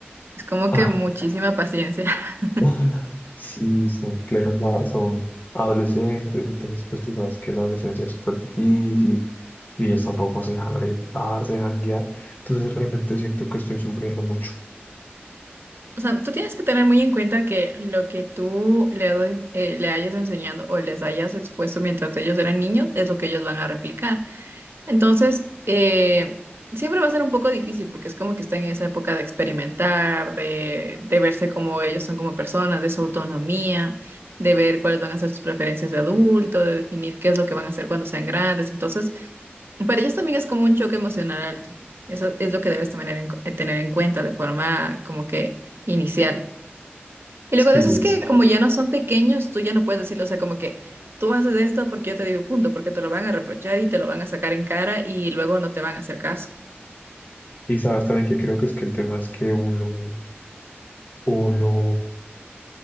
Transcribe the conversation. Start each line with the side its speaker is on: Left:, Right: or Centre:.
Right: Es como
Left: <laughs>
Right: que muchísima paciencia. <laughs>
Left: Ah, Sí, son plenos, a- son adolescentes, entonces pues tú sabes que la adolescencia es súper difícil y ellos tampoco se dejan orientar, se dejan guiar, entonces realmente siento que estoy sufriendo mucho.
Right: O sea, tú tienes que tener muy en cuenta que lo que tú le, doy- eh, le hayas enseñado o les hayas expuesto mientras ellos eran niños es lo que ellos van a replicar. Entonces, eh, siempre va a ser un poco difícil porque es como que están en esa época de experimentar, de, de verse como ellos son como personas, de su autonomía, de ver cuáles van a ser sus preferencias de adulto, de definir qué es lo que van a hacer cuando sean grandes. Entonces, para ellos también es como un choque emocional alto. Eso es lo que debes tener en, tener en cuenta de forma como que inicial. Y luego
Left: Sí.
Right: de eso es que como ya no son pequeños, tú ya no puedes decirle, o sea, como que tú haces esto porque yo te digo y punto, porque te lo van a reprochar y te lo van a sacar en cara y luego no te van a hacer caso.
Left: Y sabes también que creo que es que el tema es que uno, uno